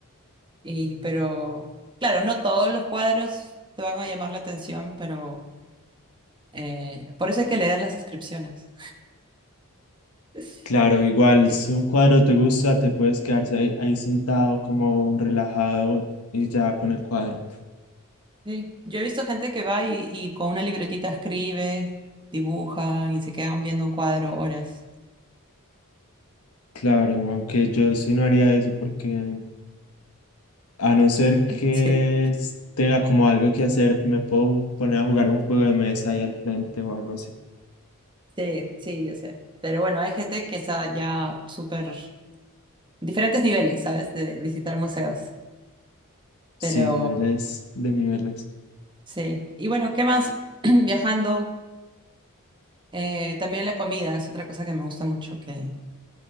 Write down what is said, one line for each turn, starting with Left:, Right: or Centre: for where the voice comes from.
Right: Y, pero, claro, no todos los cuadros te van a llamar la atención, pero eh, por eso hay que leer las inscripciones. <laughs>
Left: Claro, igual
Right: Sí.
Left: si un cuadro te gusta, te puedes quedarse ahí, ahí sentado como relajado y ya con el cuadro.
Right: Sí. Yo he visto gente que va y, y con una libretita escribe, dibuja y se quedan viendo un cuadro horas.
Left: Claro, aunque yo sí no haría eso porque a no ser que
Right: Sí.
Left: s- tenga como algo que hacer, me puedo poner a jugar un juego de mesa ahí al frente o algo así.
Right: Sí, sí, yo sé. Pero bueno, hay gente que está ya súper diferentes niveles, ¿sabes? De visitar museos.
Left: Sí,
Right: Pero
Left: niveles de niveles.
Right: sí. Y bueno, ¿qué más? <clears throat> Viajando, eh, también la comida es otra cosa que me gusta mucho, que,